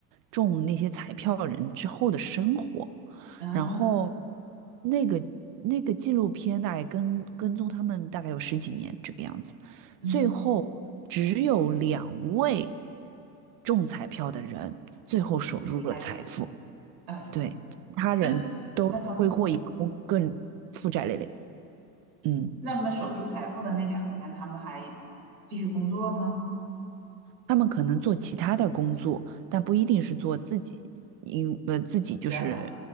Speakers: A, on the right; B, on the right.
A: 中那些彩票人之后的生活，
B: 啊
A: 然后那个那个纪录片大概跟跟踪他们大概有十几年这个样子，
B: 嗯，
A: 最后只有两位中彩票的人最后守住了财富，
B: 还得啊。
A: 对，其他人都挥霍一空，
B: 那那他们
A: 更负债累累。嗯，
B: 那么守住财富的那两个人，他们还继续工作吗？
A: 他们可能做其他的工作，但不一定是做自己，因呃自己就是
B: 原来，